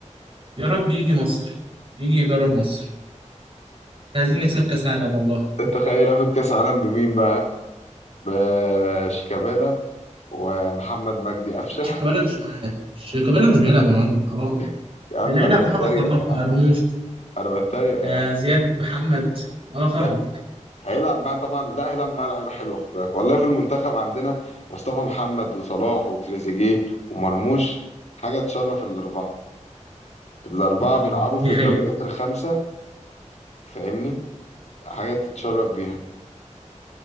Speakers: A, on the right (about 45°); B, on the left (about 65°).
A: يا رب يجي مصر يجي يدرب مصر إحنا عايزين نكسب كأس عالم والله
B: تخيل اخد كاس عالم بمين بقى بشيكابالا ومحمد مجدي قفشه
A: لا شيكابالا مش معاه شيكابالا مش بيلعب يا معلم حرام
B: <laughs> يا عم
A: العيلة
B: انا
A: محمد
B: بتريق
A: صلاح
B: يا
A: مرموش
B: عم انا بتريق يا
A: آه
B: عم
A: زياد محمد اه فاهمك
B: لا هيلعب معاه طبعا لا هيلعب معاه لعيبه حلوه خد بالك والله في المنتخب عندنا مصطفى محمد وصلاح وتريزيجيه ومرموش حاجه تشرف الاربعه الاربعه
A: اه
B: بيلعبوا
A: دي
B: في الدوريات
A: حقيقة
B: الخمسه فاهمني حاجه تتشرف بيها